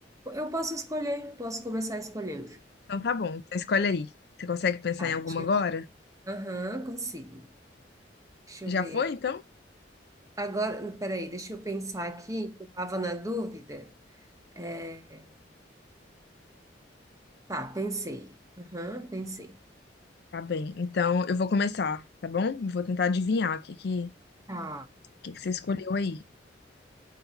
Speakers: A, on the right (about 15°); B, on the left (about 60°).
A: Eu posso escolher, posso começar escolhendo.
B: Então tá bom, então escolhe aí. Você consegue pensar
A: Tá,
B: em alguma
A: deixa
B: agora?
A: eu- Aham, consigo. Deixa
B: Já
A: eu ver.
B: foi, então?
A: Agora, peraí, deixa eu pensar aqui, que eu estava na dúvida. É, Tá, pensei. Aham, pensei.
B: Tá bem, então eu vou começar, tá bom? Eu Vou tentar adivinhar o que que, o
A: Tá,
B: que que você escolheu aí.